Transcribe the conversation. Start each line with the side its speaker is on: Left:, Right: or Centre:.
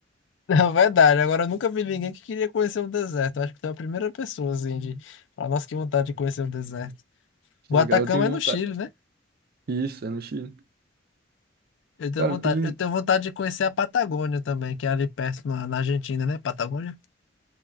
Left: Na verdade, agora eu nunca vi ninguém que queria conhecer o deserto. Eu Acho que tu é a primeira pessoa, assim, de falar, nossa, que vontade de conhecer o deserto.
Right: Sim,
Left: O Atacama
Right: cara, eu tenho vontade.
Left: é no Chile, né?
Right: Isso, é no Chile.
Left: Eu tenho
Right: Cara,
Left: vontade,
Right: tem.
Left: eu tenho vontade de conhecer a Patagônia também, que é ali perto na, na Argentina, né? Patagônia.